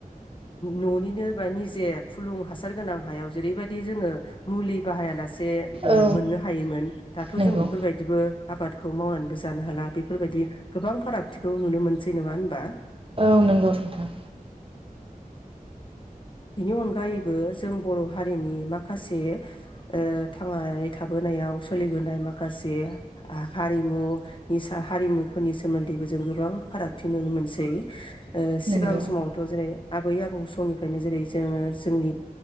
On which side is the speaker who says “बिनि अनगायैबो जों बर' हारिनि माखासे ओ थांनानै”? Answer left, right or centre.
Left